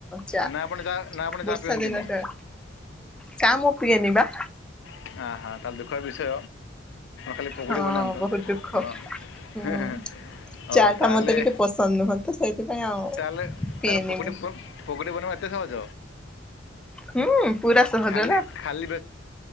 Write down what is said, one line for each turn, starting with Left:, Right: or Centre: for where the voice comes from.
Centre: ଚା
Left: ନା ଆପଣ ଚା ନା ଆପଣ ଚା
Centre: ବର୍ଷା
Left: ପିଅନ୍ତିନି
Centre: ଦିନଟା। ଚା ମୁଁ ପିଏନି ବା।
Left: ଓହୋଃ ତାହେଲେ ଦୁଃଖର ବିଷୟ। ଖାଲି ପକୁଡ଼ି
Centre: ହଁ
Left: ବନାନ୍ତୁ
Centre: ବହୁତ ଦୁଃଖ
Left: ହଁ ହେଁ
Centre: ହୁଁ
Left: ହେଁ ହେଁ ହ
Centre: ଚା ଟା
Left: ତାହେଲେ
Centre: ମତେ ଟିକେ ପସନ୍ଦ ନୁହଁ ତ ସେଇଥିପାଇଁ ଆଉ
Left: ତାହେଲେ ତାହେଲେ
Centre: ପିଏନି
Left: ପକୁଡ଼ି
Centre: ମୁଁ।
Left: ପକୁଡ଼ି ବନେଇବା ଏତେ ସହଜ
Centre: ହୁଁ ପୁରା ସହଜ
Left: ଖାଲି
Centre: ନା
Left: ଖାଲି